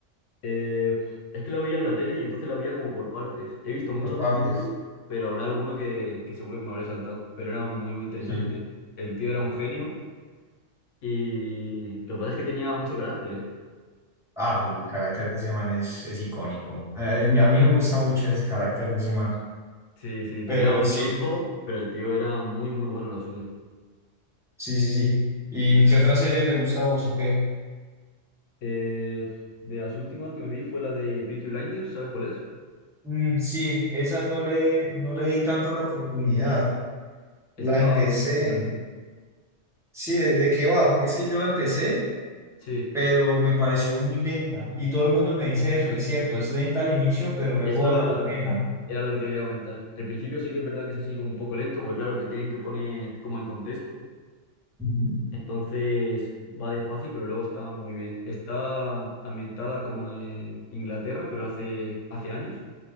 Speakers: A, on the left; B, in the centre.
A: Eh, es que la veía en la tele y entonces la veía como por partes. He visto
B: Por
A: muchos
B: partes.
A: capítulos, pero habrá alguno que, que seguro que me habré saltado. Pero era muy, muy interesante.
B: Sí.
A: El tío era un genio y lo que pasa es que tenía mucho carácter, ¿eh?
B: Ah, el carácter de ese man es, es icónico. A a mí, a mí me gusta mucho ese carácter de ese man.
A: Sí, sí,
B: Pero
A: tenía mucho
B: sí,
A: ego, pero el tío era muy, muy bueno en lo suyo.
B: sí, sí, sí. ¿Y qué otra serie te gusta a vos o qué?
A: Eh, de las últimas que me vi fue la de Peaky Blinders, ¿sabes cuál es?
B: Mm, sí, esa no le, no le di tanto la oportunidad. La
A: Estaba
B: empecé.
A: muy interesante.
B: Sí, ¿de, de qué va? Porque es que yo la empecé,
A: Sí,
B: pero me pareció muy lenta. Y todo el mundo me dice eso, es cierto, es lenta al inicio, pero luego
A: eso era,
B: vale la pena.
A: era lo que te quería comentar. El principio sí que es verdad que es así como un poco lento, porque claro, te tienen que poner como en contexto.
B: Ujú,
A: Entonces va despacio, pero luego está muy bien. Está ambientada como en Inglaterra, pero hace, hace años.